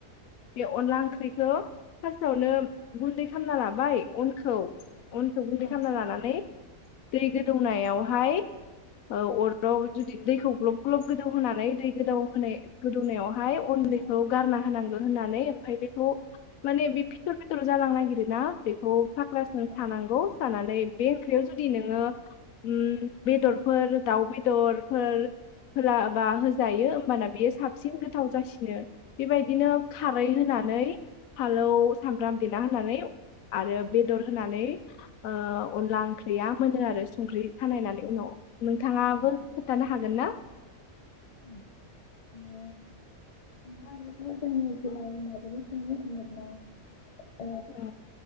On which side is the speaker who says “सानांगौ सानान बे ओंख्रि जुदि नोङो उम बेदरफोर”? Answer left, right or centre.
Left